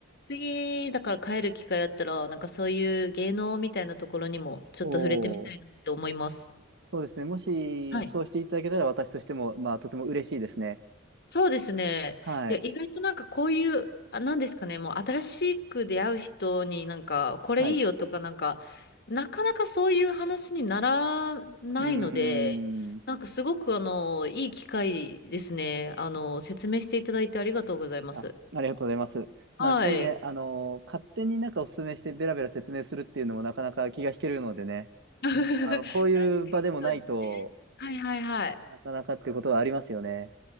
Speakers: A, on the left; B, on the right.
A: 次だから帰る機会あったら、なんかそういう芸能みたいなところにもちょっと触れてみたいなって思います。
B: おお。そうですね。もし、
A: はい
B: そうしていただけたら、私としても、まあ、とても嬉しいですね。
A: そうですね。
B: はい。
A: いや、意外となんかこういう、あ、なんですかね、もう新しく出会う人になんか、これいいよとかなんか、
B: はい。
A: なかなかそういう話にならないので、
B: うーん。
A: なんかすごくあの、いい機会ですね。あの、説明していただいてありがとうございます。
B: あ、ありがとうございます。
A: はい。
B: まあ、やっぱりね、あの勝手になんかお勧めして、ベラベラ説明するっていうのもなかなか気が引けるのでね、
A: <laughs> 確か
B: あの、こういう場でもないと
A: にそうですね。はいはいはい。
B: なかなかっていうことはありますよね。